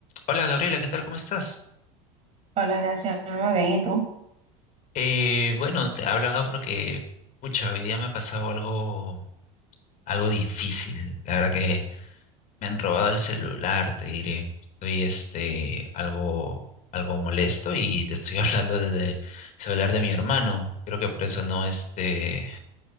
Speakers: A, on the left (about 45°); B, on the right (about 40°).
A: Hola Gabriela, ¿qué tal? ¿Cómo estás?
B: Hola, gracias. Muy bien, ¿y tú?
A: Eh, bueno, te hablaba porque, pucha, hoy día me ha pasado algo, algo difícil. La verdad que me han robado el celular, te diré. Estoy este, algo, algo molesto y te estoy <laughs> hablando desde el celular de mi hermano. Creo que por eso no, este,